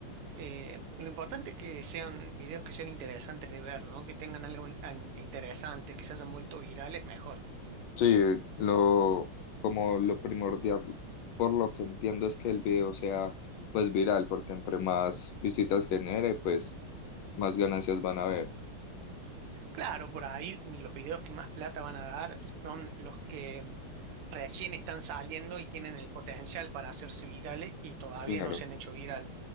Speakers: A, on the right; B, on the left.
A: Eh, lo importante es que sean videos que sean interesantes de ver, ¿no? Que tengan algo in- an- interesante, que se hayan vuelto virales, mejor.
B: sí, lo, como lo primordial, por lo que entiendo es que el video sea pues viral, porque entre más visitas genere, pues más ganancias van a haber,
A: Claro, por ahí los videos que más plata van a dar son los que recién están saliendo y tienen el potencial para hacerse virales y todavía
B: claro.
A: no se han hecho viral.